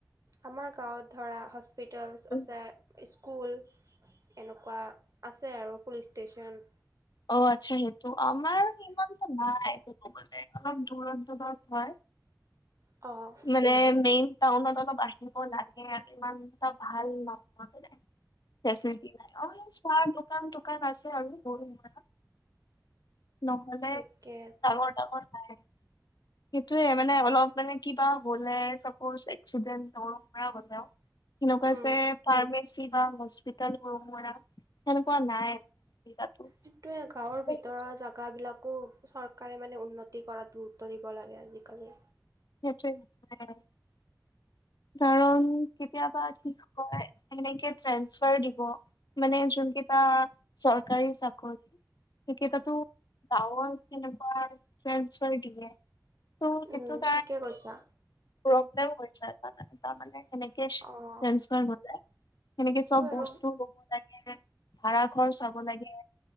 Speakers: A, on the right (about 50°); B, on the left (about 75°).
A: আমাৰ গাঁৱত ধৰা, হস্পিতেলছ
B: উম,
A: আছে। <unintelligible> স্কুল, এনেকুৱা আছে আৰু পুলিচ ষ্টেচন।
B: অ' আচ্ছা! সেইটো। আমাৰ ইমানতো নাই, অলপ দূৰত-দূৰত হয়।
A: অ'!
B: মানে, মেইন টাউনত অলপ আহিব লাগে আৰু, ইমান এটা ভাল নহয়, মানে। ফেচিলিটি নাই, অ', চাহ দোকান তোকান আছে আৰু সৰু-সুৰা। নহলে
A: ঠিকে আছে
B: ডাঙৰ ডাঙৰ নাই, সেইটোৱে মানে অলপ মানে কিবা হ'লে চাপজ এক্সিডেন্ট সৰু-সুৰা হ'লেও সেনেকুৱাচে
A: উম।
B: ফাৰ্মাচী কিবা হস্পিতাল সৰু-সুৰা, সেনেকুৱা নাই। সুবিধাটো
A: সেইটোয়ে গাঁৱৰ
B: সেইটোৱে
A: ভিতৰৰ জাগা বিলাকো চৰকাৰে মানে উন্নতি কৰাত গুৰুত্ব দিব লাগে আজিকালি।
B: সেইটোৱে, কাৰণ কেতিয়াবা কি হয় সেনেকে ট্ৰেন্সফাৰ দিব, মানে জোনকেইটা চৰকাৰী চাকৰ সেকেইটাতো গাঁৱৰ তেনেকুৱা ট্ৰেন্সফাৰ দিয়ে, ত' সেইটোত
A: উম, ঠিকে কৈছা।
B: প্ৰব্লেম হৈছে <unintelligible> তাৰমানে। সেনেকেচ ট্ৰেন্সফাৰ
A: অ',
B: ললে, সেনেকে চব
A: তো আৰু
B: বস্তু লব লাগে ভাড়া ঘৰ চাব লাগে।